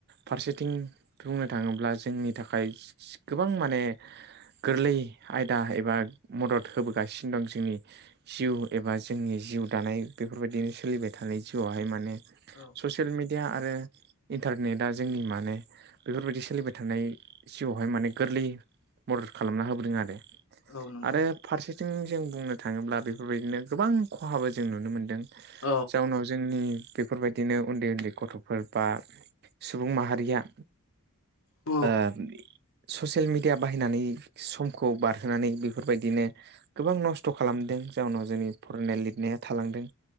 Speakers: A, on the right (about 45°); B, on the left (about 65°).
A: फारसेथिं बुंनो थाङोब्ला जोंनि थाखाय गोबां माने गोरलै आयदा एबा मदद होबोगासिनो दं जोंनि जिउ एबा जोंनि जिउ दानाय बेफोरबायदिनो सोलिबाय थानाय जिउआवहाय माने
B: औ।
A: ससियेल मिडिया आरो इन्टारनेटआ जोंनि माने बेफोरबायदि सोलिबाय थानाय जिउआवहाय माने गोरलै मदद खालामना होबोदों आरो
B: औ नंगौ
A: आरो फारसेथिं जों बुंनो थाङोब्ला बेफोरबायदिनो गोबां खहाबो जों नुनो मोनदों
B: औ
A: जाउनाव जोंनि बेफोरबायदिनो उन्दै उन्दै गथ'फोर बा सुबुं माहारिया
B: औ
A: ओ ससियेल मिडिया बाहायनानै समखौ बारहोनानै बेफोरबायदिनो गोबां नस्थ' खालामदों जाउनाव जोंनि फरायनाय लिरनाया थालांदों